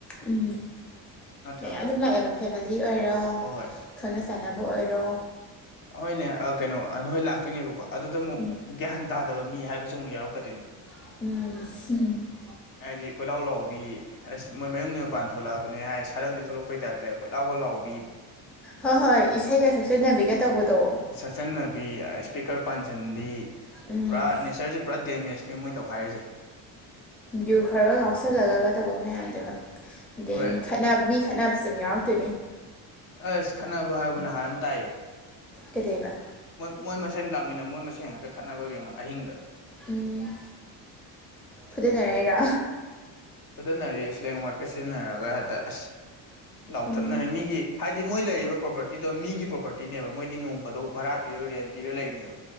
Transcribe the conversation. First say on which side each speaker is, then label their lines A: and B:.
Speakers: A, in the centre; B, on the left.
A: ꯎꯝ
B: ꯅꯠꯇ꯭ꯔꯥ
A: ꯃꯌꯥꯝ ꯑꯗꯨꯝ ꯂꯥꯛꯑꯦꯕ ꯐꯦꯃꯤꯂꯤ ꯑꯣꯏꯔꯣ
B: ꯍꯣꯏ
A: ꯈꯪꯅ ꯆꯥꯟꯅꯕ ꯑꯣꯏꯔꯣ
B: ꯍꯣꯏꯅꯦ ꯀꯩꯅꯣ ꯅꯣꯏ ꯂꯥꯛꯇꯣꯏꯅꯦꯕꯀꯣ ꯑꯗꯨꯗ ꯑꯃꯨꯛ
A: ꯃꯤ
B: ꯒ꯭ꯌꯥꯟ ꯇꯥꯗꯕ ꯃꯤ ꯍꯥꯏꯕꯕꯁꯤ ꯑꯃꯨꯛ ꯌꯥꯎꯔꯛꯀꯗꯣꯏꯅꯦꯕ
A: ꯎꯝ
B: ꯍꯥꯏꯗꯤ ꯀꯣꯏꯂꯥꯎ ꯂꯥꯎꯕꯤ ꯑꯁ ꯃꯣꯏ ꯃꯌꯨꯝꯗꯒꯤꯩ ꯃꯄꯥꯟ ꯊꯣꯛꯂꯛꯑꯕꯅꯦ ꯍꯥꯏ ꯁꯔꯪꯗꯒꯤ ꯊ ꯊꯣꯛꯂꯛꯄ ꯇꯥꯏꯞꯇ ꯑꯩꯈꯣꯏ ꯂꯥꯎ ꯈ ꯂꯥꯎꯕ
A: ꯍꯣꯏ ꯍꯣꯏ ꯏꯁꯩꯒ ꯁꯛꯆꯟꯅꯕꯤꯒ ꯇꯧꯕꯗꯣ
B: ꯁꯛꯆꯟꯅꯕꯤ ꯏꯁꯄꯤꯀꯔ ꯄꯥꯟꯁꯤꯟꯕꯤ
A: ꯎꯝ
B: ꯄꯨꯔꯥ ꯅꯦꯆꯔꯁꯦ ꯄꯨꯔꯥ ꯗꯦꯃꯦꯖꯅꯦꯕ ꯃꯣꯏ ꯇꯧꯈꯥꯏꯔꯤꯁꯦ
A: ꯖꯨ ꯈꯔꯒ ꯉꯥꯎꯁꯜꯂꯒ ꯇꯧꯕ ꯃꯌꯥꯝꯗꯨ ꯑꯗꯩ
B: ꯍꯣꯏ
A: ꯃꯤ ꯈꯠ ꯃꯤ ꯈꯠꯅꯕꯁꯨ ꯑꯗꯨꯝ ꯌꯥꯎꯔꯛꯇꯣꯏꯅꯤ
B: ꯑꯁ ꯈꯠꯅꯕ ꯍꯥꯏꯕꯕꯨ ꯅꯍꯥꯟ ꯑꯃ ꯇꯥꯏꯌꯦ
A: ꯀꯖꯩꯕ
B: ꯃꯣꯏ ꯃꯣꯏ ꯃꯁꯦꯟ ꯂꯥꯛꯃꯤꯟꯅꯕ ꯃꯣꯏ ꯃꯁꯦꯟ ꯉꯥꯛꯛꯇ ꯈꯠꯅꯕꯒꯤ ꯑꯃ ꯑꯍꯤꯡꯗ
A: ꯎꯝ ꯐꯨꯖꯅꯔꯏꯔꯥ
B: ꯐꯊꯅꯔꯔꯤꯦ ꯏꯁꯂꯦꯡ ꯋꯥꯠꯀ ꯁꯤꯖꯤꯟꯅꯔꯒ ꯍꯦꯛꯇ ꯑꯁ ꯂꯥꯎꯊꯠꯅꯔꯦ
A: ꯎꯝ
B: ꯃꯤꯒꯤ ꯍꯥꯏꯗꯤ ꯃꯣꯏ ꯂꯩꯔꯤꯕ ꯄ꯭ꯔꯣꯄꯔꯇꯤꯗꯣ ꯃꯤꯒꯤ ꯄ꯭ꯔꯣꯄꯔꯇꯤꯅꯦꯕ ꯃꯣꯏꯗꯤ ꯅꯣꯡꯐꯗꯣꯛ ꯚꯔꯥ ꯄꯤꯔꯒ ꯔꯦꯟ ꯄꯤꯔꯒ ꯂꯩꯔꯤꯅꯦꯕ